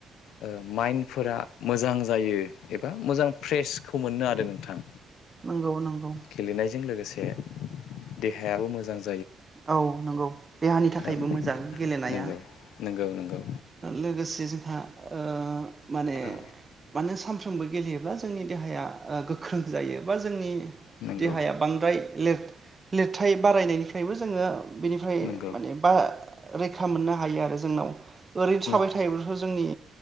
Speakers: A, on the left; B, on the right.
A: ओ माइन्डफोरा मोजां जायो एबा मोजां फ्रेसखौ मोननो आरो नोंथां।
B: नंगौ नंगौ
A: गेलेनायजों लोगोसे देहायाबो मोजां जा
B: औ नंगौ देहानि थाखायबो
A: औ
B: मोजां गेलेनाया।
A: नंगौ नंगौ नंगौ
B: लोगोसे जोंहा ओ माने
A: औ
B: मानो सानफ्रोमबो गेलेयोब्ला जोंनि देहाया गोख्रों जायो बा जोंनि
A: नंगौ
B: देहाया बांद्राय लेरथ लेर थाय बारायनायनिफ्रायबो जोङो बेनिफ्राय
A: नंगौ
B: माने बा रैखा मोननो हायो आरो जोंनाव। ओरैनो
A: नंगौ
B: थाबाय थायोब्लाथ' जोंनि